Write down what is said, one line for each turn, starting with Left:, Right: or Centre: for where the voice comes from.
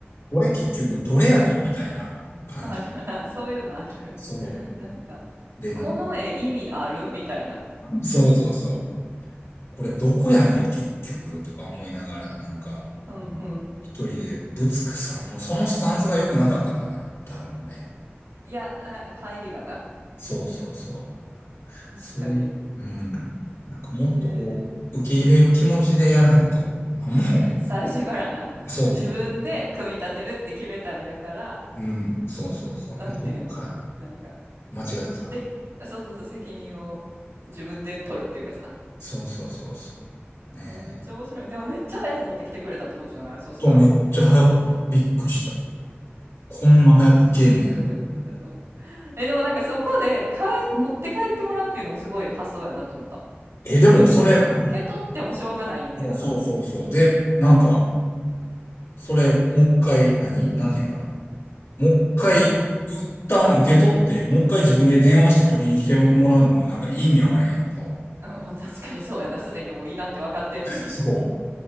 Left: これ結局どれやねんみたいな感じ。
Right: あるな、そういうのある。
Left: そ
Right: <laughs> なんか、
Left: う。でな、
Right: この絵意味あるみたいな。
Left: そうそうそう。これどこやねん、結局、
Right: うん
Left: とか思いながら、なんか、
Right: うんうん。
Left: うん一人で、ぶつくさ、もうそのスタンスが良くなかったんかな、多分ね。
Right: いや、あ、入りがな。
Left: そうそうそう。
Right: 確かに。
Left: そういう、うん。なんかもっとこう、
Right: えー、
Left: 受け入れる気持ちでやらへんと、
Right: うん。
Left: なんも、
Right: 最初からな、
Left: そうそう。
Right: 自分で組み立てるって決めたんやから、
Left: うん、そうそうそう。
Right: なんていうん、
Left: もうこっから、
Right: なんか、
Left: 間違ってた。
Right: せ、そうそうそう、責任を自分で取るっていうかさ。
Left: そうそうそうそう。ねえ。
Right: えめっちゃ面白い。でもめっちゃ早く持ってきてくれたってことじゃないそしたら。
Left: と、めっちゃ早かった。びっくりした。こんな早くいけんねやと思う。
Right: <laughs> なんか、なんか、どういうことだと思ってえ、でもなんかそこで帰、か持って帰ってもらうっていうのもすごい発想やなって思った。
Left: え、でもそれ、
Right: まあ、受け取ってもしょうがないねんけどさ。
Left: もうそうそうそう。で、なんか、それ、もう一回、何なんていうんかな。もう一回、一旦受け取って、もう一回自分で電話して取りに来てもらうのもなんか意味わからへんやんか。
Right: うんまあ、確かにそうやな。すでにもういらんって分かってんのに。
Left: そ